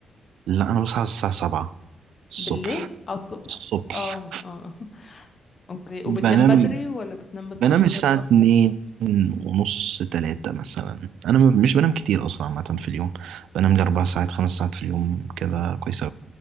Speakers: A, on the right (about 80°); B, on the left (about 30°).
A: لا انا بصحى الساعة 7 الصبح
B: بالليل اه الصبح
A: الصبح
B: اه اه <laughs> اوكي وبتنام
A: بنام
B: بدري ولا بتنام متاخر
A: بنام الساعة 2 ونص تلاتة مثلا أنا م- مش بنام كتير أصلا عامة في اليوم بنام لي أربع ساعات خمس ساعات في اليوم كده كويس